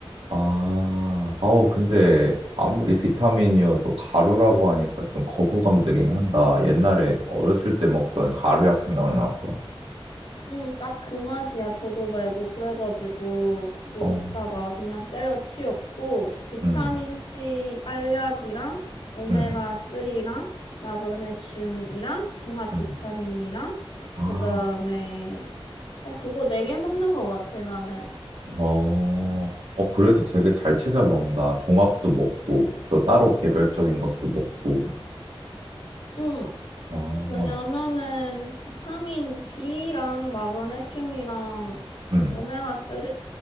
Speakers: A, on the right; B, on the left.
A: 아, 아우, 근데 아무리 비타민이어도 가루라고 하니까 좀 거부감 되긴 한다. 옛날에 어렸을 때 먹던 가루약 생각나서.
B: 응, 딱 그 맛이야, 도도 말고. 그래가지고, 그거
A: 어,
B: 먹다가 그냥 때려치웠고, 비타민C
A: 음,
B: 알약이랑, 오메가3랑,
A: 음,
B: 마그네슘이랑, 종합
A: 음.
B: 비타민이랑,
A: 아,
B: 그 다음에, 어, 그거 네 개 먹는 것 같아, 나는.
A: 어, 어, 그래도 되게 잘 챙겨 먹는다. 종합도 먹고, 또 따로 개별적인 것도 먹고.
B: 응,
A: 아,
B: 왜냐면은, 비타민 B랑, 마그네슘이랑,
A: 음,
B: 오메가3?